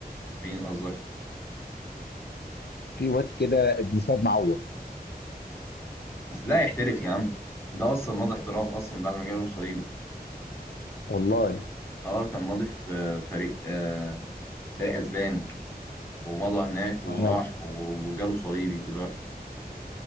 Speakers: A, on the left; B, on the left.
A: مين قصدك
B: في واد كده ابن سيد معوض
A: بس ده هيحترف يا عم ده اصلا ماضي احتراف اصلا بعد ما جاله صليبي
B: والله
A: اه كان ماضي في آه، فريق آه فريق اسباني ومضى هناك وراح
B: اه
A: و- وجاله صليبي دلوقتي